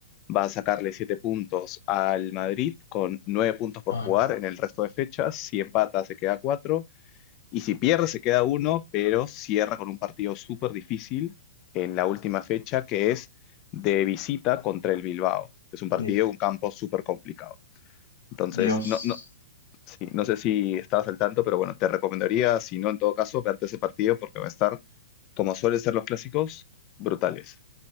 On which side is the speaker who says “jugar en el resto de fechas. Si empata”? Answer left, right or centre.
Left